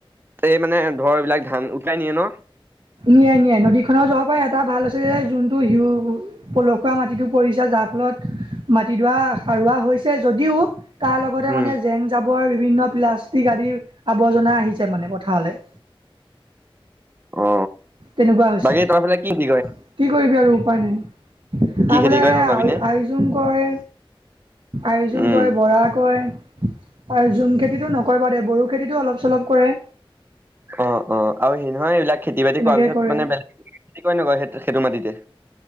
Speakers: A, on the right (about 20°); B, on the right (about 60°).
A: এই মানে ধৰ এইবিলাক ধান উকাই নিয়ে ন।
B: নিয়াই - নিয়াই নদীখনৰ জহৰ পৰা এটা ভাল আছে যে যোনটো শিউ পলসুৱা মাটিটো পৰিছে য তাৰ ফলত মাটিডৰা সাৰোৱা হৈছে। যদিও তাৰ লগতে
A: উম
B: মানে জেং জাবৰ বিভিন্ন প্লাষ্টিক আদি। আৱৰ্জনা আহিছে মানে পথাৰলৈ।
A: অ
B: তেনেকুৱা হৈছে
A: বাকী তই ফালে কি খেতি কৰে
B: কি কৰিবি আৰু উপায় নাই।
A: কি
B: আফোলে
A: খেতি কৰে
B: আ
A: তহঁতৰ পিনে
B: আয়জুং কয় আয়জুং
A: উম
B: কয় বৰা কয়। আৰু জুম খেতিতটো নকৰিবা দে বড়ো খেতিতটো অলপ চলপ কৰে।
A: অ - অ আৰু হেৰি নহয় এইবিলাক খেতি বাতি
B: তেনেকৈ
A: কৰাৰ পিছত
B: কৰে
A: মানে বেলেগ খে কৰে নকয় সেইটো মাটিতে।